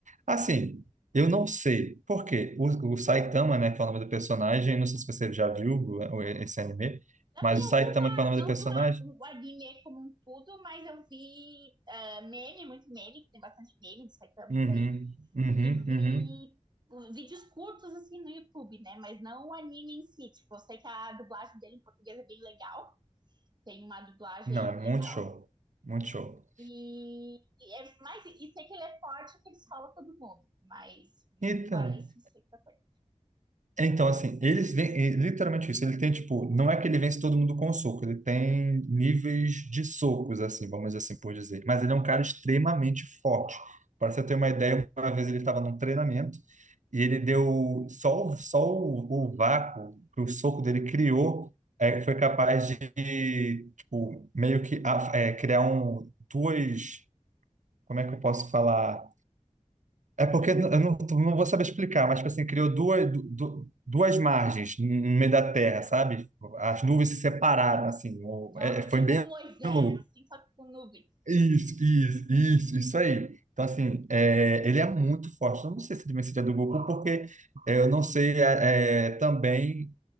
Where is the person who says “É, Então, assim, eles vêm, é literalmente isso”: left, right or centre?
Right